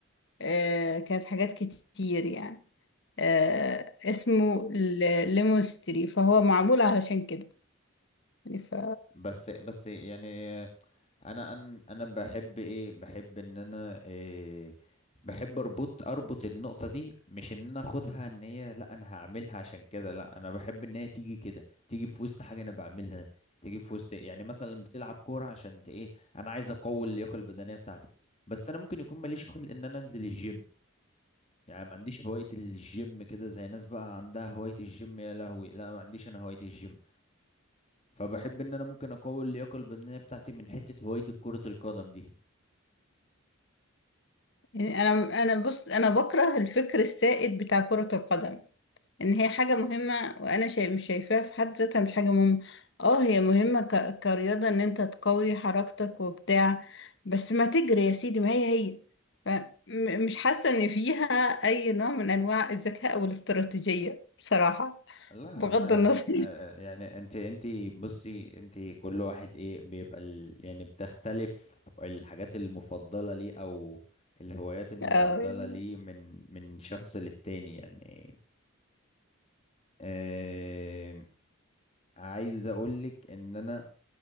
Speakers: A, on the left (about 55°); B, on the left (about 30°).
A: آه كانت حاجات كتير يعني آه اسمه ليمونستري فهو معمول علشان كده يعني ف
B: بس بس يعني انا انا انا بحب ايه بحب ان انا إيه بحب اربط اربط النقطه دي مش ان انا اخدها ان هي لا انا هعملها عشان كده لا انا بحب ان هي تيجي كده تيجي في وسط حاجه انا بعملها تيجي في وسط يعني مثلا بتلعب كوره عشان ت- ايه انا عايز اقوي اللياقه البدنيه بتاعتي بس انا ممكن يكون ماليش خلق ان انا انزل الجيم يعني ما عنديش هوايه الجيم كده زي ناس بقى عندها هوايه الجيم يا لهوي لا ما عنديش انا هوايه الجيم فبحب ان انا ممكن اقوي اللياقه البدنيه بتاعتي من حته هوايه كره القدم دي
A: يعني انا انا بص انا بكره الفكر السائد بتاع كرة القدم ان هي حاجة مهمة وانا شايف مش شايفاها في حد ذاتها مش حاجة مهمة اه هي مهمة ك... كرياضة ان انت تقوي حركتك وبتاع بس ما تجري يا سيدي ما هي هي ف... م- مش حاسة ان فيها اي نوع من انواع الذكاء او الاستراتيجية بصراحة
B: لا
A: بغض
B: ده
A: النظر
B: ك- ع- يعني انت انت بصي انت كل واحد ايه بيبقى ال... يعني بتختلف الحاجات المفضلة ليه او الهوايات المفضلة
A: <laughs> اه يعني.
B: ليه من من شخص للتاني يعني آه... عايز اقولك ان انا